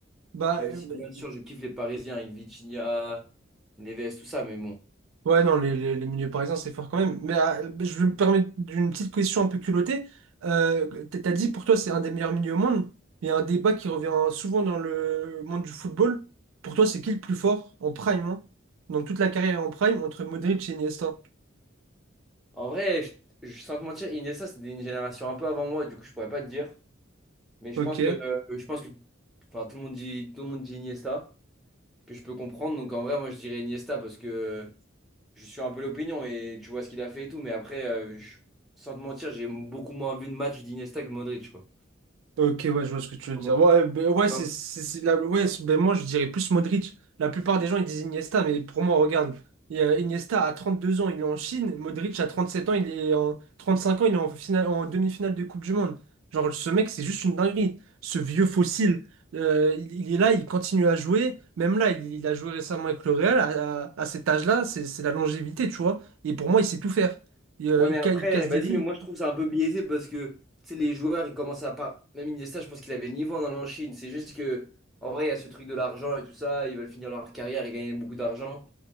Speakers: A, on the right (about 80°); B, in the centre.
A: Bah,
B: Même
A: euh,
B: si, bien sûr, je kiffe les Parisiens avec Vitinha, Neves, tout ça, mais bon.
A: Ouais, non, les, les, les milieux parisiens, c'est fort quand même. Mais euh, je vais me permettre d'une petite question un peu culottée. Euh, t- t'as dit pour toi, c'est un des meilleurs milieux au monde. Il y a un débat qui revient souvent dans le monde du football. Pour toi, c'est qui le plus fort en prime, hein Dans toute la carrière en prime, entre Modric et Iniesta.
B: En vrai, je, je- sans te mentir, Iniesta, c'est une génération un peu avant moi, du coup, je pourrais pas te dire. Mais je
A: Ok.
B: pense que, euh, je pense que, enfin, tout le monde dit, tout le monde dit Iniesta, que je peux comprendre. Donc, en vrai, moi, je dirais Iniesta parce que. je suis un peu l'opinion et tu vois ce qu'il a fait et tout. Mais après, euh, je- sans te mentir, j'ai beaucoup moins vu de match d'Iniesta que Modric, quoi.
A: Ok, ouais, je vois ce que tu veux
B: Comment-
A: dire. Ouais, ben, ouais,
B: Toi
A: c'est, c'est, c'est la- ouais, c'est- ben, moi, je dirais plus Modric. La plupart des gens, ils disent Iniesta, mais pour moi, regarde, il y a Iniesta à 32 ans, il est en Chine. Modric à 37 ans, il est en 35 ans, il est en finale, en demi-finale de Coupe du Monde. Genre, ce mec, c'est juste une dinguerie. Ce vieux fossile, euh, il, il est là, il continue à jouer. Même là, il, il a joué récemment avec le Real. À, à- à cet âge-là, c'est c'est la longévité, tu vois. Et pour moi, il sait tout faire. Il, euh,
B: Ouais, mais
A: il
B: après,
A: ca- il casse
B: vas-y,
A: des lignes.
B: moi je trouve que c'est un peu biaisé parce que tu sais, les joueurs, ils commencent à pas. Même Iniesta, je pense qu'il avait le niveau en allant en Chine. C'est juste que, en vrai, il y a ce truc de l'argent et tout ça. Ils veulent finir leur carrière et gagner beaucoup d'argent.